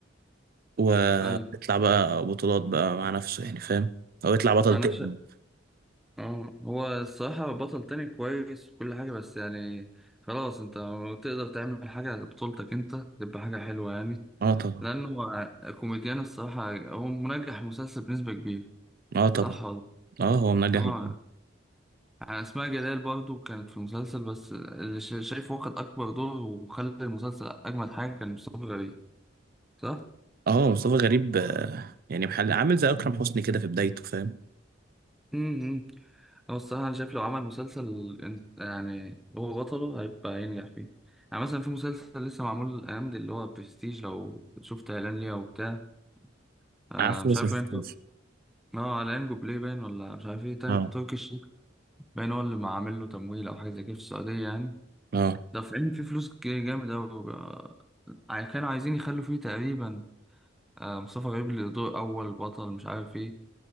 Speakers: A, on the right; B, in the centre.
A: ويطلع
B: ايوه
A: بقى بطولات بقى مع نفسه يعني فاهم أو يطلع بطل
B: انا
A: تاني
B: شا... آه، هو الصراحه بطل تاني كويس وكل حاجه بس يعني خلاص انت تقدر تعمل حاجه بطولتك انت تبقى حاجه حلوه يعني
A: اه طبعا
B: لانه كوميديان الصراحه هو منجح مسلسل بنسبه كبيره
A: اه طبعا
B: صح والله
A: اه هو منجح
B: اه
A: مكان.
B: يعني اسماء جلال برضو كانت في المسلسل بس اللي شا- شايفه واخد اكبر دور ومخلي المسلسل اجمد حاجه كان مصطفى غريب صح؟
A: اه مصطفى غريب آه، يعني محل عامل زي أكرم حسني كده في بدايته فاهم
B: امم هو الصراحة أنا شايف لو عمل مسلسل إن- يعني هو بطله هيبقى ينجح فيه يعني مثلا في مسلسل لسه معمول الأيام دي اللي هو برستيج لو شفت إعلان ليه أو بتاع آه
A: عارفه
B: مش
A: بس
B: عارف
A: مشفتوش
B: باين تر- اه على بلاي باين ولا مش عارف ايه تر-
A: اه
B: تركي باين هو اللي عامل له تمويل أو حاجة زي كده في السعودية يعني
A: اه
B: دافعين فيه فلوس ج- جامد أوي آه، كانوا عايزين يخلوا فيه تقريبا آه مصطفى غريب اللي دور أول بطل مش عارف ايه